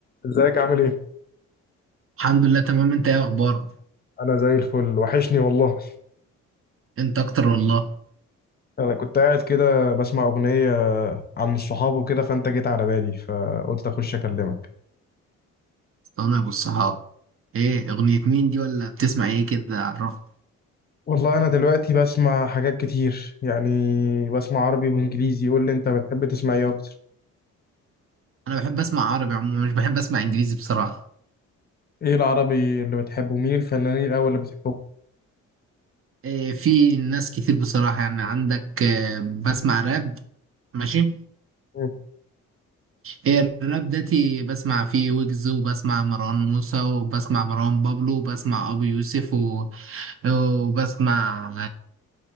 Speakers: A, on the left; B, on the right.
A: ازيك عامل ايه؟
B: الحمد لله تمام انت ايه اخبارك
A: انا زي الفل وحشني والله
B: انت اكتر والله
A: انا كنت قاعد كده بسمع اغنية عن الصحاب وكده فانت جيت على بالي فقلت اخش اكلمك
B: انا ابو الصحاب ايه اغنية مين دي ولا بتسمع ايه كده عرفت
A: والله انا دلوقتي بسمع حاجات كتير يعني بسمع عربي وانجليزي قول لي انت بتحب تسمع ايه اكتر؟
B: انا بحب اسمع عربي عموما مش بحب اسمع انجليزي بصراحة
A: ايه العربي اللي بتحبه؟ مين الفنانين الاول اللي بتحبهم؟
B: إيه في ناس كتير بصراحة يعني عندك إيه بسمع راب ماشي
A: مم.
B: إيه الراب داتي بسمع فيه ويجز وبسمع مروان موسى وبسمع مروان بابلو وبسمع ابو يوسف و- وبسمع